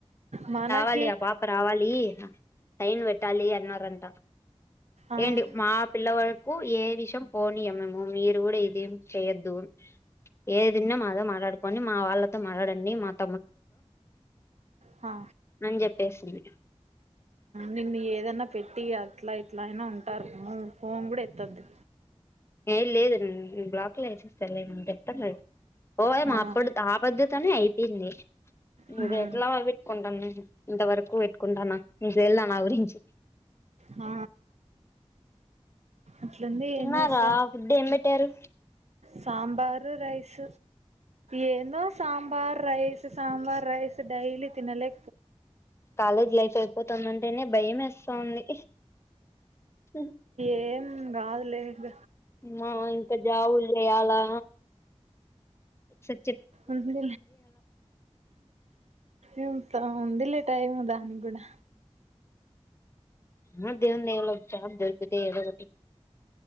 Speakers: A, on the right; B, on the left.
A: మా మనకి
B: లి ఆ పాప రావాలి సైన్ పెట్టాలి అన్న రంట
A: ఆహా
B: ఏంటి మా పిల్ల వరకు ఏ విషం పోనీయమమ్ము మేము మీరు కూడా ఇది చేయ్యద్దు ఏదిన్న మాదో మాట్లాడు కొన్ని మా వాళ్ళతో మాట్లాడండి. అండి మక్
A: హా
B: అని చెప్పేసింది
A: నిన్ను ఏదన్నా పెట్టి అట్లా ఇట్ ఎట్లైనా అయినా ఉంటారు అమ్మో ఫోన్ కూడా ఎతొద్దు
B: ఏ లేదు బ్లాక్లు వేసేస్తలే ఎత్తలేదు ఓ యమ్మా
A: ఆ
B: అప్పుడు ఆ పోద్ధతోనే అయి. ఇన్నే
A: హ్మ్
B: ఇదే ఎట్లా వదిలి వెట్టుకుంటాను నేను ఇంతవరకు పెట్టుకుంటానా నీకు తేళ్దా నా గురించి
A: ఆ అట్లుంది
B: తిన్నారా
A: ఏం చేస్తావ్
B: ఫుడ్ ఏం పెట్టారు
A: సాంబారు రైస్ ఏందో sambar rice sambar rice daily తినలే
B: కాలేజ్ లైఫ్ అయిపోతుందంటేనే భయం వేస్తా ఉంది హుం
A: ఏం కాదులే ఇంగ
B: అమ్మో ఇంకా జాబులు చేయాలా సె
A: ఉంది ఇంక ఉంది లే టైమ్ దానిగ్గూడా
B: ఏమో దేవుని దయవల్ల ఒక జాబ్ దొరుకుతే ఏదో ఒకటి